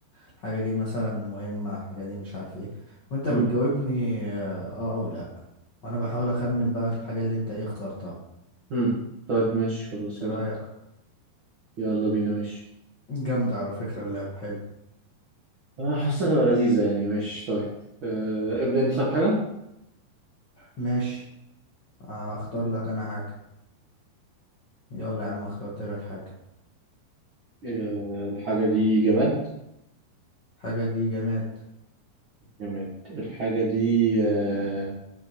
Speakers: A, on the left; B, on the right.
A: الحاجة دي مثلا مهمة الحاجة دي مش عارف ايه وأنت
B: امم
A: بتجاوبني آه, آه أو لأ وأنا بحاول أخمن بقى الحاجة اللي أنت ايه اخترتها
B: امم طيب ماشي خلاص يلا
A: ايه رأيك
B: يلا بينا ماشي
A: جامدة على فكرة اللعبة حلو
B: انا حاسسها تبقى لذيذة يعني ماشي طيب أه ابدأ انت طب حاجة
A: ماشي اختار لك أنا حاجة يلا يا عم اخترت لك حاجة
B: أه الحاجة دي جماد
A: الحاجة دي جماد
B: جماد الحاجة دي أه